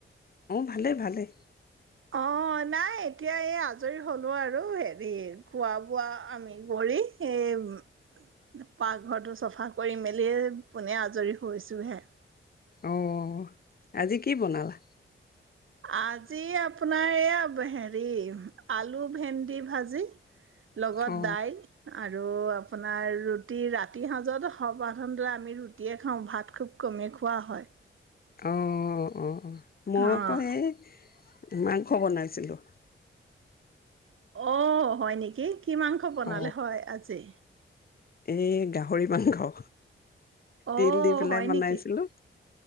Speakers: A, on the left; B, on the right.
A: অ', ভালে ভালে।
B: অ', নাই এতিয়া এই আজৰি হলো আৰু হেৰি খোৱা বোৱা আমি কৰি এই পাক ঘৰটো চফা কৰি মেলিয়ে পোনে আজৰি হৈছোহে।
A: অ', আজি কি বনালা?
B: আজি আপোনাৰ এইয়া হেৰি আলু, ভেন্দি ভাজি। লগত
A: অ
B: দাইল আৰু আৰু আপোনাৰ ৰুটি ৰাতি সজত স্বাধাৰণতে আমি ৰুটিয়ে খাওঁ ভাত খুব কমেই খোৱা হয়।
A: অ' অ' অ', মই
B: অঁ
A: আকৌ এই মাংস বনাইছিলোঁ।
B: অ' হয় নেকি কি মাংস বনালে
A: অ
B: হয় আজি?
A: এই গাহৰি মাংস।
B: অঁ
A: তিল দি পেলাই
B: হয়
A: বনাইছিলো।
B: নেকি